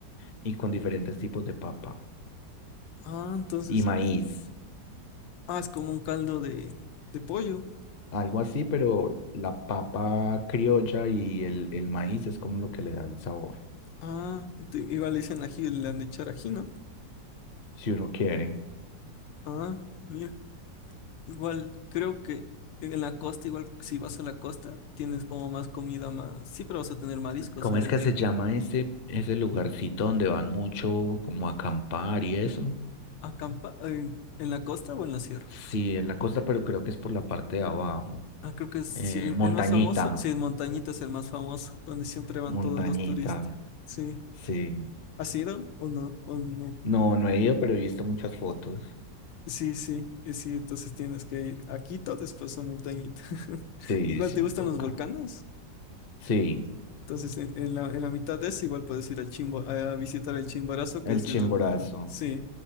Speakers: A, on the left; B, on the left.
A: y con diferentes tipos de papa
B: Ah, entonces,
A: y maíz.
B: ah, es como un caldo de, de pollo.
A: Algo así, pero la papa criolla y el, el maíz es como lo que le da el sabor,
B: Ah, te- igual le dicen ají, le han de echar ají, ¿no?
A: si uno quiere.
B: Ah, mira, igual, creo que en la costa, igual si vas a la costa, tienes como más comida, más, siempre vas a tener mariscos
A: ¿Cómo
B: ahí.
A: es que se llama ese, ese lugarcito donde van mucho como a acampar y eso?
B: Acampa eh, en la costa o en la sierra.
A: Sí, en la costa, pero creo que es por la parte de abajo.
B: Ah, creo que es sí,
A: Eh,
B: el,
A: montañita,
B: el más famoso. Sí, en Montañita es el más famoso, donde siempre van
A: montañita,
B: todos los turistas. Sí.
A: sí.
B: ¿Has ido o no? ¿O no?
A: No, no he ido, pero he visto muchas fotos.
B: Sí, sí, eh, sí, entonces tienes que ir a Quito, después a Montañita. <laughs>
A: Sí,
B: Igual
A: sí,
B: te gustan
A: toca.
B: los volcanes.
A: Sí,
B: Entonces, en, en la, en la mitad de eso, igual puedes ir al Chimbo, a visitar el Chimborazo, que
A: el
B: es
A: chimborazo.
B: el volcán. Sí,